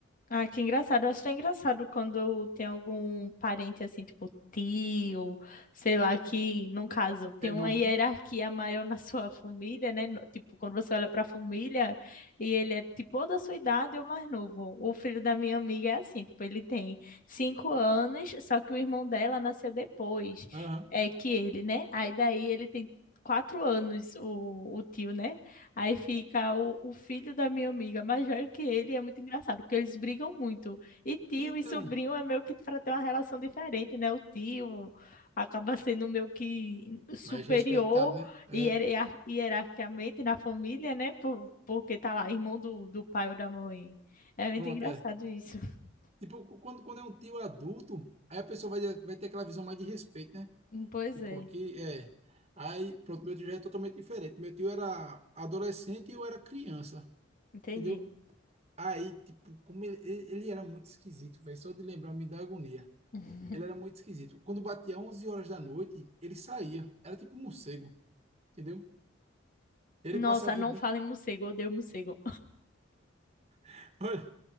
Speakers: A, on the left; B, on the right.
A: Ah, que engraçado. Eu acho tão engraçado quando tem algum parente assim, tipo tio, sei lá, que, num caso,
B: Que
A: tem
B: é novo,
A: uma hierarquia
B: né?
A: maior na sua família, né? No- Tipo, quando você olha para a família e ele é tipo ou da sua idade ou mais novo. O filho da minha amiga é assim, tipo, ele tem cinco anos, só que o irmão dela nasceu depois,
B: Aham.
A: é que ele, né? Aí daí ele tem quatro anos, o, o tio, né? Aí fica o, o filho da minha amiga, mais velho que ele, e é muito engraçado, porque eles brigam muito. E tio
B: Então,
A: e sobrinho é meio que para ter uma relação diferente, né? O tio acaba sendo meio que superior
B: mais respeitado, né? É,
A: hierar- hierarquicamente na família, né? Por, porque tá lá, irmão do, do pai ou da mãe. É muito
B: pronto,
A: engraçado
B: é.
A: isso. <laughs>
B: Tipo, cu- quando, quando é um tio adulto, aí a pessoa vai, vai ter aquela visão mais de respeito, né?
A: Pois
B: Tipo,
A: é,
B: aqui é. Aí, pronto, meu tio já é totalmente diferente. Meu tio era adolescente e eu era criança.
A: entendi.
B: entendeu? Aí, tipo, como ele, ele ele era muito esquisito, velho, só de lembrar me dá agonia.
A: <laughs>
B: Ele era muito esquisito. Quando batia 11 horas da noite, ele saía. Era tipo um morcego, entendeu? Ele
A: Nossa,
B: passava
A: não
B: o dia,
A: fale em morcego, eu odeio morcego.
B: <laughs> olha,